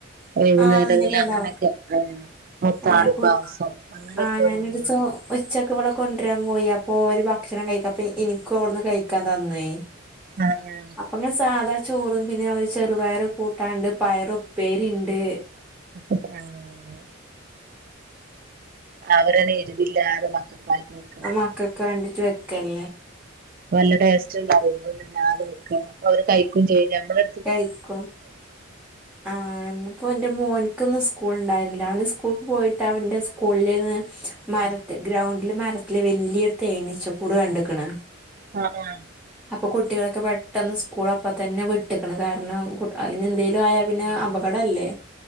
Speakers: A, on the right; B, in the centre.
A: വൈകുന്നേങ്ങളി
B: ആഹ് ഉണ്ടാവും
A: അങ്ങനെയൊക്കെ. ആഹ മുത്താരി
B: ഞാൻ പോ
A: പായസം അങ്ങനെയക്കെ
B: ആഹ് ഞാനൊരു
A: ഓരോന്ന്
B: ദിവസം ഉച്ചക്ക് വ്ള കൊണ്ട്രാംപോയി അപ്പൊ ഓര് ഭക്ഷണ കഴിക്കാപ്പ ഇനിക്കുഅവിടുന്ന് കഴിക്കാൻ തന്നേ
A: ആഹ അതെന്നെ
B: അപ്പങ്ങന് സാധാചോറ് പിന്നെ അവര് ചെറുപയര്കൂട്ടാണ്ട്. പയറുപ്പേരിണ്ട്.
A: <unintelligible> അവരത് എരിവില്ലാതെ മക്കക്കായിറ്റ് വെക്കുണ
B: മക്കൾക്ക് വേണ്ടിട്ട് വക്കലേ
A: വല്ല ടേസ്റ്റ്ണ്ടാത് വെക്ക അവര് കയി ക്കും ചെയും നമ്മള്
B: കൈയ്ക്കും ആഹ പ്പോന്റെ മോനിക്കിന്ന് സ്കൂണ്ടായിന്നില്ല. അവന് സ്കൂൾക്ക് പോയിട്ട് അവൻന്റെ സ്കൂളിൽന്ന്. മരത്തി
A: ഉം.
B: ഗ്രൗണ്ടില് മരത്തില് വെല്യയൊരു തേനീച്ച കൂട് കണ്ട്ക്കണ്.
A: ആഹ് ആഹാ
B: അപ്പൊ കുട്ടികളൊക്കെ പെട്ടെന്ന് സ്കൂള് അപ്പ തന്നെ വിട്ടക്കണ് കാരണം അന് എന്തേലും ആയാ പിന്നെ
A: ആഹ്
B: അപകടല്ലേ?